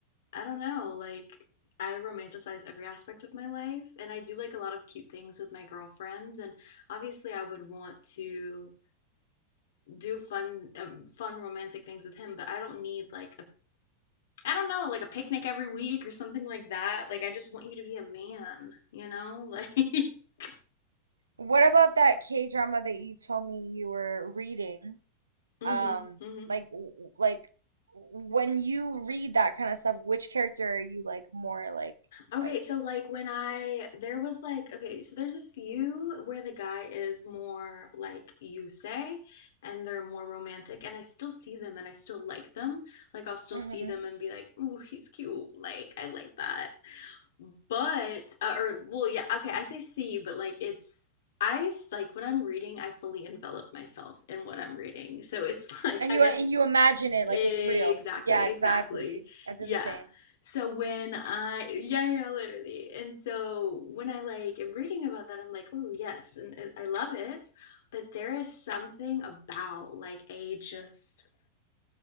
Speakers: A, on the left; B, on the right.
A: I don't know, like I romanticize every aspect of my life and I do like a lot of cute things with my girlfriends and obviously I would want to do fun um, fun romantic things with him, but I don't need like a I don't know, like a picnic every week or something like that. Like I just want you to be a man, you know? Like <laughs>
B: What about that K drama that you told me you were reading?
A: Mhm.
B: um
A: Mhm.
B: like like when you read that kind of stuff, which character are you like more like
A: Okay,
B: uh,
A: so like when I there was like okay, so there's a few where the guy is more like you say and they're more romantic and I still see them and I still like them. Like I'll still
B: mhm.
A: see them and be like, "Ooh, he's cute." Like I like that. But uh, or well, yeah, okay, I say see, but like it's I s- like when I'm reading, I fully envelop myself in what I'm reading. So it's <laughs> like
B: And
A: I
B: you
A: guess
B: and you imagine it like
A: Exactly,
B: it's real. Yeah,
A: exactly.
B: exactly. I do
A: Yeah.
B: the same.
A: So when I, yeah, yeah, literally. And so when I like am reading about that, I'm like, oh, yes, and it, I love it. But there is something about like a just